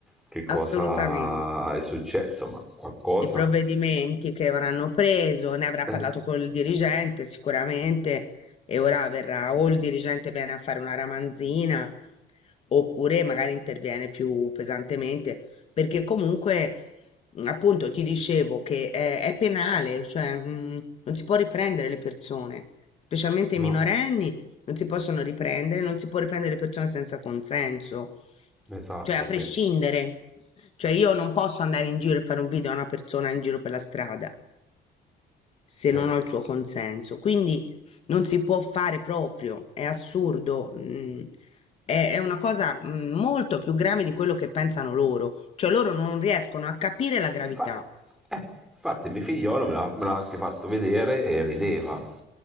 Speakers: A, in the centre; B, on the left (about 35°).
A: che cosa
B: Assolutamente.
A: è successo, ma qualcosa...
B: I provvedimenti che avranno preso, ne avrà
A: eh,
B: parlato col dirigente sicuramente e ora verrà o il dirigente viene a fare una ramanzina oppure magari interviene più pesantemente perché comunque mh, appunto ti dicevo che è, è penale, cioè mh, non si può riprendere le persone, specialmente
A: no,
B: i minorenni non si possono riprendere, non si può riprendere le persone senza consenso,
A: esatto,
B: cioè a
A: sì,
B: prescindere. Cioè io non posso andare in giro e fare un video a una persona in giro per la strada se
A: certo.
B: non ho il suo consenso. Quindi non si può fare proprio, è assurdo. mm, È è una cosa mm, molto più grave di quello che pensano loro, cioè loro non riescono a capire la gravità.
A: Infa- eh, infatti mio figliolo me l'ha, me l'ha anche fatto vedere e rideva.